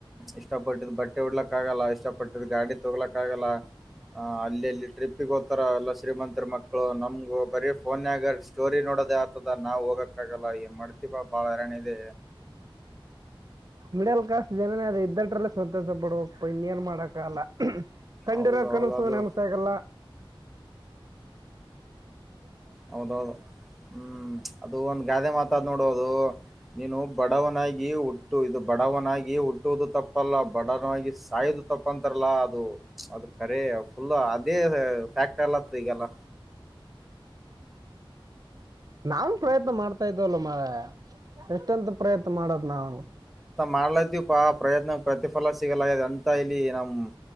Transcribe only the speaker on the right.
ಮಿಡಲ್ ಕ್ಲಾಸ್ ಜನನೇ ಅದ ಇದ್ದಂಟ್ರಲ್ಲೇ ಸಂತೋಷ ಪಡಬೆಕ್ಪ ಇನ್ನೇನ್ ಮಾಡಾಕಲ್ಲ ಕಂಡಿರೋ
ಕನಸು
ನನಸ ಆಗಲ್ಲ
ನಾವ ಪ್ರಯತ್ನ ಮಾಡ್ತಾ ಇದ್ದವಲ್ಲಮ್ಮರ ಎಷ್ಟೆಂತ ಪ್ರಯತ್ನ ಮಾಡೋದ್ ನಾವ